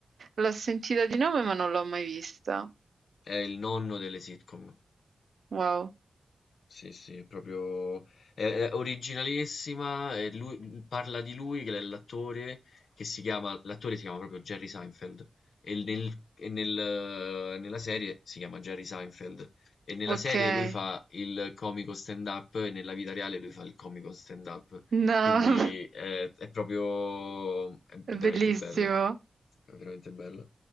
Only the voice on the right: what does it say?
L'ho sentita di nome ma non l'ho mai vista.
Wow,
okay.
No,
<laughs>
è
bellissimo,